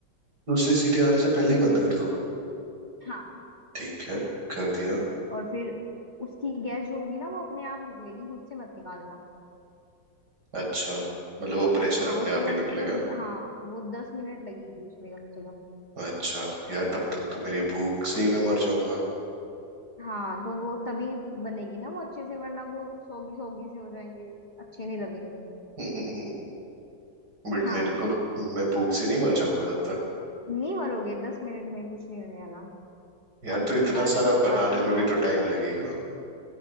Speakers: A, on the right; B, on the left.
A: दूसरी सीटी आने से पहले ही बंद कर दूं
B: हाँ
A: ठीक है कर दिया
B: और फिर उसकी गैस जो होगी ना वो अपने आप निकलेगी खुद से मत निकालना
A: अच्छा मतलब वो प्रेशर
B: हाँ
A: अपने
B: उसमें
A: आप
B: कम
A: ही निकलेगा
B: से कम हाँ वो दस मिनट लगेगी उसमें कम से कम
A: अच्छा यार तब तक तो मेरी भूख से ही मैं मर जाऊंगा
B: हाँ तो वो तभी बनेगी ना वो अच्छे से वरना वो सोगी सोगी से हो जाएंगे अच्छे नहीं लगेंगे
A: <laughs> बट
B: हाँ
A: मेरे को मैं भूख से नहीं मर जाऊंगा तब तक
B: नहीं मरोगे दस मिनट में कुछ नहीं होने वाला
A: यार
B: और उसके
A: तो इतना
B: बाद
A: सारा
B: अब
A: बनाने
B: आती
A: में
B: है
A: भी तो टाइम लगेगा